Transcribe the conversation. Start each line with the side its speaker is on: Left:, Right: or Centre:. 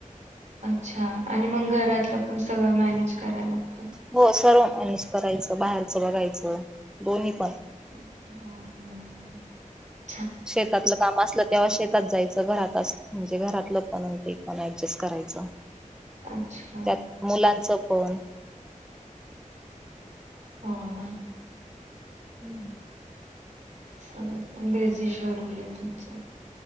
Right: अच्छा आणि मग घरातलं पण सगळं मॅनेज कराव लागत.
Centre: हो सर्व मॅनेज करायचं बाहेरचं बघायचं दोन्ही पण
Right: हम ह्म
Centre: शेतातलं काम असलं तेव्हा शेतात जायचं. घरातच म्हणजे घरातलं पण ते पण ऍडजस्ट करायचं.
Right: अच्छा
Centre: त्यात मुलांचं पण
Right: हो ना.
Centre: हम्म <unintelligible>
Right: सगळं बीजी शेड्युल आहे तुमचं.